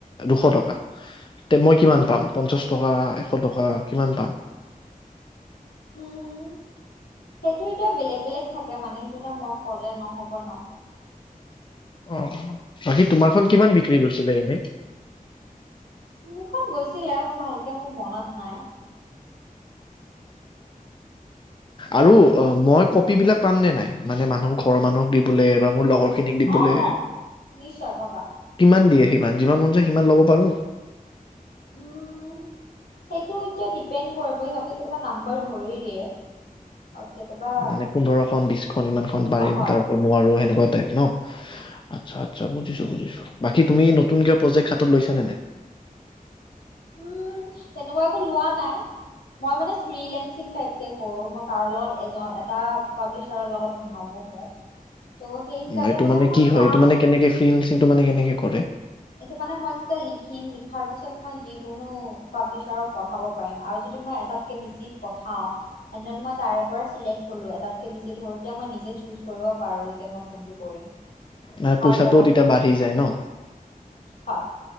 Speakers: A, on the left (about 35°); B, on the left (about 90°).
A: দুশ টকা, তে মই কিমান পাম? পঞ্চাশ টকা, এশ টকা কিমান পাম?
B: উম সেইটো এতিয়া বেলেগ বেলেগ থাকে মানে সেইটো এতিয়া মই ক'লে নহ'ব ন।
A: অহ, বাকী তোমাৰখন কিমান বিক্ৰী কৰিছিলে এনেই?
B: মোৰখন গৈছিলে মই ভালকে মোৰ মনত নাই।
A: আৰু অ মই কপী বিলাক পাম নে নাই? মানে মানুহ ঘৰৰ মানুহক দিবলে বা মোৰ লগৰ খিনিক দিবলে
B: অ' অ' নিশ্চয় পাবা।
A: কিমান দিয়ে সিমান যিমান মন যায় সিমান ল'ব পাৰো।
B: উম, সেইটো এতিয়া ডিপেণ্ড কৰিব সিহঁতে কেতিয়াবা নাম্বাৰ ধৰি দিয়ে। কেতিয়াবা
A: মানে পোন্ধৰখনন বিশখনন ইমানখন পাৰিম
B: হয়
A: তাৰ ওপৰত নোৱাৰো সেনেকুৱা
B: উম
A: টাইপ ন? আচ্ছা- আচছা বুজিছো- বুজিছো বাকী তুমি নতুন কৰে প্ৰজেক্ট হাতত লৈছা নে নাই?
B: উম, তেনেকুৱা একো লোৱা নাই। মই মানে ফ্ৰিলেঞ্চিন টাইপকে কৰো, মই কাৰো লগত এজ-এটা পাব্লিছাৰৰ লগত নবহো। ত' সেই হিচাপে
A: না এইটো মানে
B: মই
A: কি হয়?
B: চাওঁ
A: এইটো মানে কেনেকে ফ্ৰি এইটো মানে কেনেকে কৰে?
B: এইটো মানে মই যেতিয়া লিখিম লিখাৰ পিছত মই যি কোনো পাব্লিছাৰত পঠাব পাৰিম আৰু যদি মই এটাতকে বেছি পথাও, তেন্তে মই তাৰে পৰা ছিলেক্ট হলোঁ। এটাতকে বেছি ধৰো তেতিয়া মই নিজে চুজ কৰিব পাৰোঁ, যে মই কোনটো কৰিম।
A: না
B: কাৰ
A: পইচাটোও
B: লগত
A: তেতিয়া
B: কৰিম
A: বাঢ়ি যায় ন'?
B: হয়।